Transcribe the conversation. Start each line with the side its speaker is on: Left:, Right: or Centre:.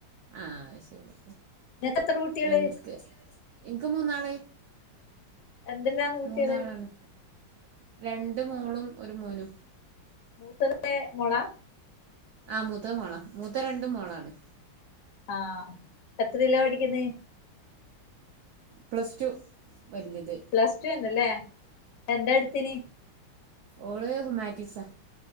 Right: ആ ശരി
Left: എത്ര കുട്ടികള്
Right: എൻക്ക് എൻക്ക് മൂന്നാള്
Left: എന്തെല്ലാന്ന് കുട്ടികള്
Right: മൂന്നാളാണ് രണ്ട് മോളും ഒരു മോനും
Left: മൂത്തത് ഏ മോളാ
Right: ആ മൂത്തത് മോള മൂത്ത രണ്ടും മോളാണ്
Left: ആഹാ എത്രിലാ പഠിക്കുന്നേ?
Right: പ്ലസ്ടു വല്ലുത്.
Left: പ്ലസ്ടുഏന്നല്ലേ? എന്താ എടുത്തിന്?
Right: ഓള് ഹ്യുമാനിറ്റീസാ